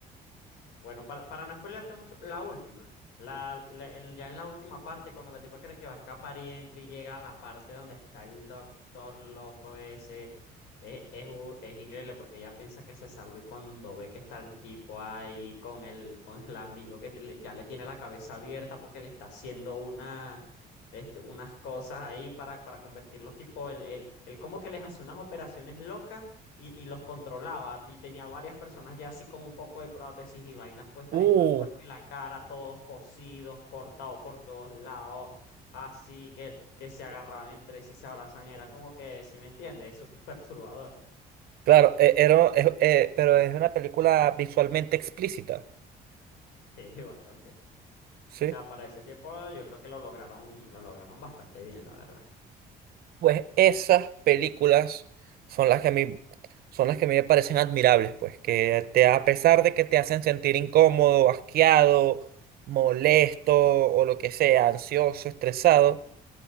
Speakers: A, on the left; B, on the right.
A: Bueno, para, para no spoilearte mucho, la última. La, la- en- ya en la última parte, cuando la tipa cree que va a escapar y entra y llega a la parte donde está el doctor loco ese, eh, es, u- es, increíble porque ella piensa que se salvó y cuando ve que está el tipo ahí con el, con el amigo que te- le- ya le tiene la cabeza abierta porque le está haciendo una, este, unas cosas ahí para, para convertirlo tipo, el el el él como que les hace unas operaciones locas y, y los controlaba. Y tenía varias personas ya así con un poco de prótesis y vainas puestas
B: uh,
A: en todo el cuerpo y la cara, todos cosidos, cortados por todos lados, así que, que se agarraban entre sí, se abrazan. Era como que, si me entiendes, súper <laughs> perturbador.
B: Claro, e- era- es- eh, pero es una película visualmente explícita,
A: Sí, bastante.
B: ¿sí?
A: O sea, para ese tiempo yo creo que lo lograron, lo lograron bastante bien, la verdad.
B: Pues esas películas son las que a mí, son las que a mí me parecen admirables, pues, que te, a pesar de que te hacen sentir incómodo, asqueado, molesto o lo que sea, ansioso, estresado,